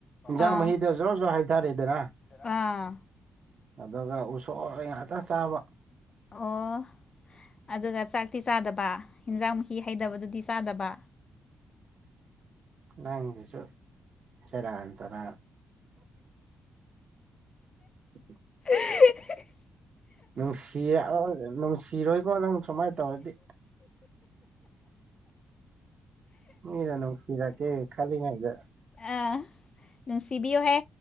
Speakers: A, on the right (about 40°); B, on the left (about 30°).
A: ꯏꯟꯖꯥꯡ
B: ꯑꯥ
A: ꯃꯍꯤꯗꯣ ꯖꯣꯔ ꯖꯣ ꯍꯩꯇꯥꯔꯦꯗꯅ
B: ꯑꯥ
A: ꯑꯗꯨꯒ ꯎꯁꯣꯏ ꯉꯥꯛꯇ ꯆꯥꯕ
B: ꯑꯣ ꯑꯗꯨꯒ ꯆꯥꯛꯇꯤ ꯆꯥꯗꯕ ꯍꯟꯖꯥꯡ ꯃꯍꯤ ꯍꯩꯗꯕꯗꯨꯗꯤ ꯆꯥꯗꯕ
A: ꯅꯪꯖꯤꯁꯨ ꯁꯦꯔꯥꯟ ꯇꯨꯔꯥꯟ <unintelligible>
B: <unintelligible>
A: ꯅꯨꯡꯁꯤꯔꯛꯑꯣꯏ ꯅꯨꯡꯁꯤꯔꯣꯏꯀꯣ ꯅꯪ ꯁꯨꯃꯥꯏꯅ ꯇꯧꯔꯗꯤ ꯃꯤꯅ ꯅꯨꯡꯁꯤꯔꯀꯦ ꯈꯜꯂꯤꯉꯥꯏꯗ
B: ꯑ ꯅꯨꯡꯁꯤꯕꯤꯌꯨꯍꯦ